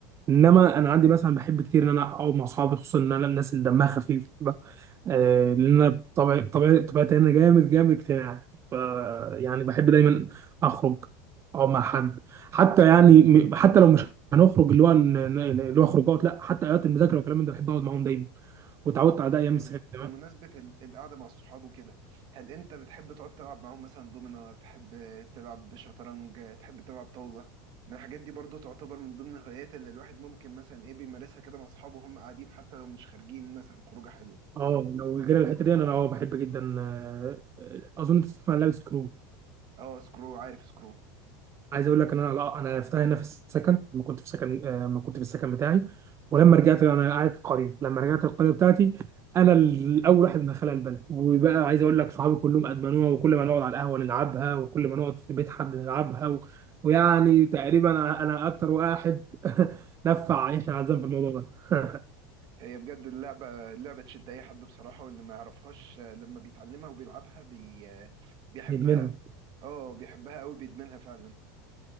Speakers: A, on the right; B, on the right.
A: انما انا عندي مثلا بحب كتير ان انا اقعد مع اصحابي خصوصا ان انا الناس اللي دمها خفيف بقى آه لان انا بطبعي بطبيعي طبيعتي انا جامد جامد اجتماعي ف يعني بحب دايما اخرج اقعد مع حد حتى يعني م- حتى لو مش هنخرج اللي هو ن- ن- اللي هو خروجات لا حتى اوقات المذاكره والكلام من ده بحب اقعد معاهم دايما وتعودت
B: طب
A: على ده ايام
B: بم-
A: السكن كمان
B: بمناسبة ال- القعدة مع الصحاب وكده هل أنت بتحب تقعد تلعب معاهم مثلا دومينو تحب تلعب شطرنج تحب تلعب طاولة من الحاجات دي برضو تعتبر من ضمن الهوايات اللي الواحد ممكن مثلا إيه بيمارسها كده مع أصحابه وهم قاعدين حتى لو مش خارجين مثلا خروجة حلوة
A: اه لو جينا الحته دي انا اه بحب جدا آه، اظن تسمع عن لعبه سكرو
B: اه سكرو عارف سكرو
A: عايز اقول لك ان انا لا، انا عرفتها هنا في السكن لما كنت في سكن آه، لما كنت في السكن بتاعي ولما رجعت انا قاعد في قريه لما رجعت القريه بتاعتي انا الاول واحد من خلال البلد وبقى عايز اقول لك صحابي كلهم ادمنوها وكل ما نقعد على القهوه نلعبها وكل ما نقعد في بيت حد نلعبها و... ويعني تقريبا انا انا اكتر واحد <laughs> نفع يحيى عزام في الموضوع ده
B: هي بجد اللعبة اللعبة تشد أي حد بصراحة واللي ما يعرفهاش آه، لما بيتعلمها وبيلعبها بي... آه، بيحبها
A: <laughs> يدمنها
B: اه بيحبها قوي بيدمنها فعلا